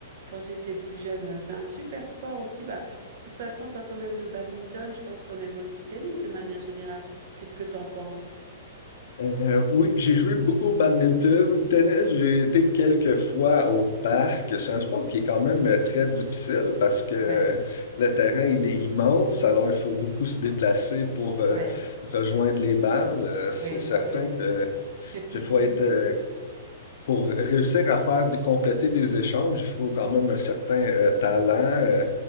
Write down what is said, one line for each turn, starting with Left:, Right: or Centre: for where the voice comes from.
Right: quand j'étais plus jeune, c'est un super sport aussi. Bah, de toute façon, quand on aime le badminton, je pense qu'on aime aussi le tennis de manière générale. Qu'est-ce que t'en penses?
Left: euh, oui, j'ai joué beaucoup au badminton. Tennis, j'ai été quelques fois au parc. C'est un sport qui est quand même euh, très difficile parce que euh,
Right: Ouais,
Left: le terrain, il est immense, alors il faut beaucoup se déplacer pour euh,
Right: ouais,
Left: rejoindre les balles. Euh, C'est
Right: oui,
Left: certain
Right: oui.
Left: que
Right: C'est plus
Left: qu'il faut
Right: physique.
Left: être euh, pour réussir à faire des- compléter des échanges, il faut quand même un certain euh, talent. euh,